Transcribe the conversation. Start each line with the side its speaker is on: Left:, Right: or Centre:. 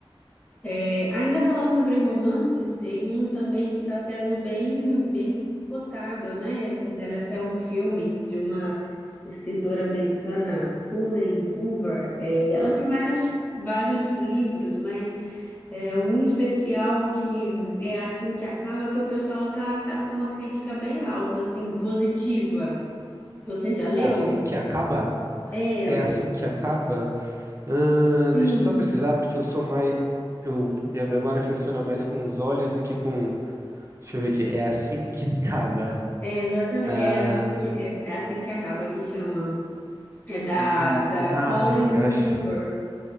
Left: É, ainda falando sobre romances, tem um também que está sendo bem, bem cotado, né? Fizeram até um filme de uma escritora americana, Helen Hoover. É, ela tem vários, vários livros, mas é um especial que é assim que acaba, que o pessoal tá, tá com uma crítica bem alta, assim, positiva. Você já leu?
Right: É assim que acaba?
Left: É,
Right: É assim que acaba? Ahn,
Left: sim,
Right: deixa eu só pesquisar, porque eu sou mais. Eu, minha memória funciona mais com os olhos do que com. Deixa eu ver aqui. É assim que <laughs> acaba.
Left: é exatamente,
Right: Ah,
Left: é assim que, é é assim que acaba, que chama. É da,
Right: hum,
Left: da
Right: ai,
Left: Colin
Right: eu
Left: Hoover.
Right: acho,